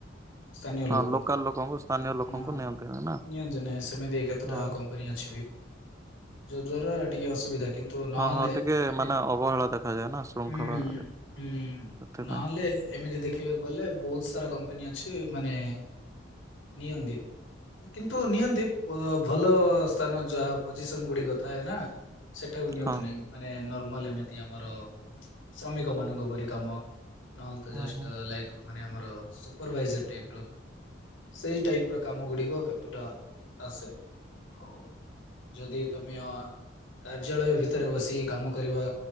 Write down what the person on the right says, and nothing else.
ହଁ
ଲୋକାଲ ଲୋକଙ୍କୁ ସ୍ଥାନୀୟ ଲୋକଙ୍କୁ
ନିଅନ୍ତି ନା
ହଁ।
ହଁ ହଁ ଟିକେ
ମାନେ ଅବହେଳା ଦେଖାଯାଏ ନା ଶୃଙ୍ଖଳାରେ
ସେଥିପାଇଁ
ହଁ।
ହଁ
ହଁ